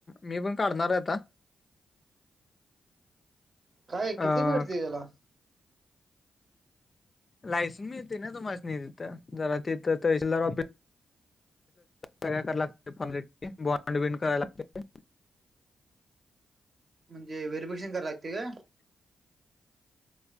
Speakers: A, on the left; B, on the right.
A: मी पण काढणार आहे आता
B: काय
A: अ
B: किती भेडते त्याला
A: लायसन मिळते ना तुम्हा तथ जरा तिथं करा लाग फ बॉनड बंड कराय लागते
B: म्हणजे व्हेरीफिकेशन कराय लागते का